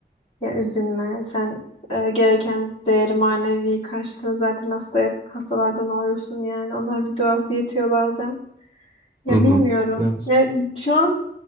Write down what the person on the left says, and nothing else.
Ya üzülme. Sen e, gereken değeri manevi karşılığı zaten hasta, hastalardan alıyorsun yani. Onların bir duası yetiyor bazen. Ya
bilmiyorum.
Ya şu an